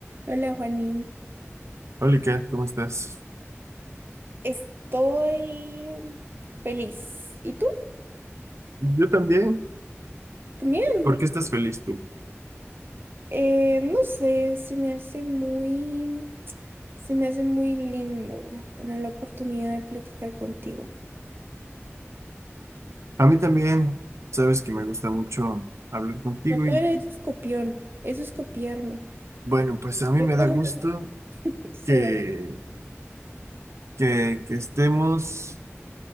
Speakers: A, on the right; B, on the right.
A: Hola, Juani.
B: Hola, Kat, ¿cómo estás?
A: Estoy feliz. ¿Y tú?
B: Yo también.
A: También.
B: ¿Por qué estás feliz tú?
A: Eh, no sé, se me hace muy, se me hace muy lindo tener la oportunidad de platicar contigo.
B: A mí también, sabes que me gusta mucho hablar contigo
A: No, tú
B: y
A: eres eso es Eso es copiarme.
B: bueno, pues a mí
A: <laughs>
B: me da gusto
A: Eso,
B: que, que, que estemos